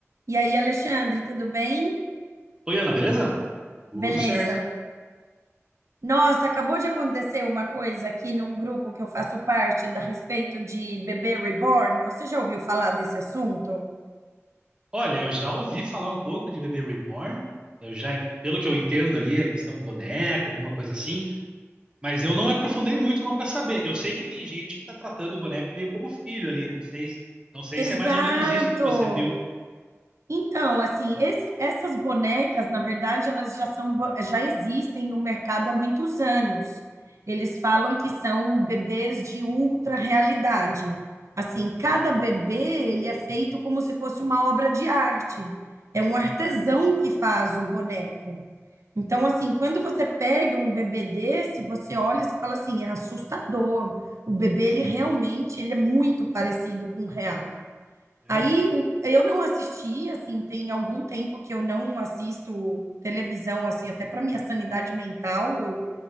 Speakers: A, on the right; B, on the right.
A: E aí, Alexandre, tudo bem?
B: Oi, Ana, beleza? Tudo
A: Beleza.
B: certo.
A: Nossa, acabou de acontecer uma coisa aqui num grupo que eu faço parte da respeito de bebê reborn. Você já ouviu falar desse assunto?
B: Olha, eu já ouvi falar um pouco de Bebê Reborn. Eu já, en- pelo que eu entendo ali, é questão de um boneco, alguma coisa assim, mas eu não me aprofundei muito não para saber. Eu sei que tem gente que tá tratando o boneco meio como filho ali, não sei, se- não sei
A: Exato!
B: se é mais ou menos isso que você viu.
A: Então, assim, esse- essas bonecas, na verdade, elas já são, bo- já existem no mercado há muitos anos. Eles falam que são bebês de ultra realidade. Assim, cada
B: Uhum.
A: bebê, ele é feito como se fosse uma obra de arte. É um artesão que faz o boneco. Então, assim, quando você pega um bebê desse, você olha e você fala assim, é assustador. O bebê, ele realmente, ele é muito parecido com o real.
B: É?
A: Aí o- eu não assisti, assim, tem algum tempo que eu não assisto televisão, assim, até para minha sanidade mental. Eu